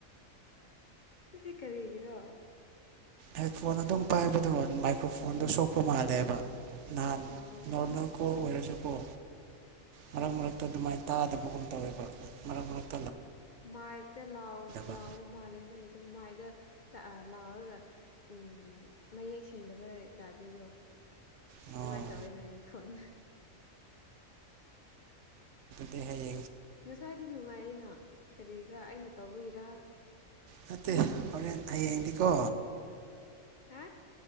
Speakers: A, on the left; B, on the right.
A: ꯑꯗꯨꯗꯤ ꯀꯔꯤꯒꯤꯔꯣ
B: ꯍꯦꯠꯐꯣꯟ ꯑꯗꯨꯝ ꯄꯥꯏꯕꯗꯣ ꯃꯥꯏꯀ꯭ꯔꯣꯐꯣꯟꯗꯣ ꯁꯣꯛꯄ ꯃꯥꯜꯂꯦꯕ ꯅꯍꯥꯟ
A: ꯑꯣ
B: ꯅꯣꯔꯃꯦꯜ ꯀꯣꯜ ꯑꯣꯏꯔꯁꯨ ꯃꯔꯛ ꯃꯔꯛꯇ ꯑꯗꯨꯃꯥꯏꯅ ꯇꯥꯗꯕꯒꯨꯝ ꯇꯧꯋꯦꯕ ꯃꯔꯛ ꯃꯔꯛ
A: ꯃꯥꯞꯇ ꯂꯥꯎ
B: ꯑꯣ
A: ꯂꯥꯎꯕ
B: ꯑꯣ
A: ꯃꯥꯜꯂꯦ ꯅꯪꯒꯤꯗꯣ ꯃꯥꯞꯗ ꯂꯥꯎꯔꯒ ꯎꯝ ꯃꯌꯦꯛ ꯁꯦꯡꯗꯕꯩ ꯇꯥꯞꯇꯁꯨ
B: ꯑꯗꯨꯗꯤ
A: ꯑꯗꯨꯃꯥꯏꯅ
B: ꯍꯌꯦꯡꯁꯦ
A: ꯇꯧꯋꯤ ꯅꯪ ꯈꯣꯟꯗꯣ
B: ꯐꯖꯅ
A: ꯉꯁꯥꯏꯗꯤ ꯅꯨꯡꯉꯥꯏꯌꯦꯅ ꯀꯔꯤꯒꯤꯔꯥ ꯑꯩꯅ ꯇꯧꯕꯒꯤꯔ
B: ꯅꯠꯇꯦ ꯍꯣꯔꯦꯟ ꯍꯌꯦꯡꯗꯤꯀꯣ
A: ꯍꯥ